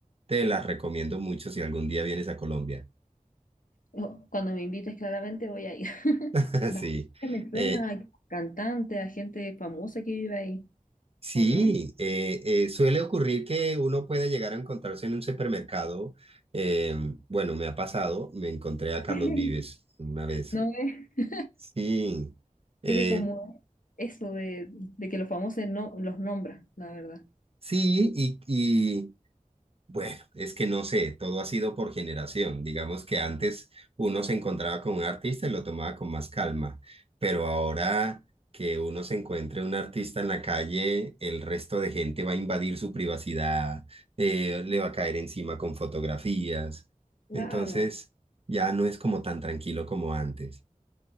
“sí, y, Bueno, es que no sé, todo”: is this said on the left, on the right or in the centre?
Right